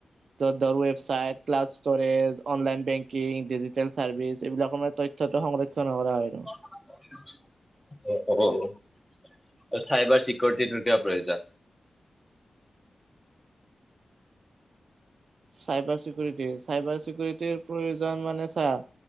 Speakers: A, on the right; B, in the centre.
A: ত ধৰ website, cloud storage, online banking, digital service এইবিলাকৰ মানে তথ্য - তথ্য সংৰক্ষণ কৰা হয় আৰু।
B: অ, আৰু চাইবাৰ চিকিউৰিটিটোৰ কিয় প্ৰয়োজন?
A: চাইবাৰ চিকিউৰিটি, চাইবাৰ চিকিউৰিটিৰ প্ৰয়োজন মানে চা-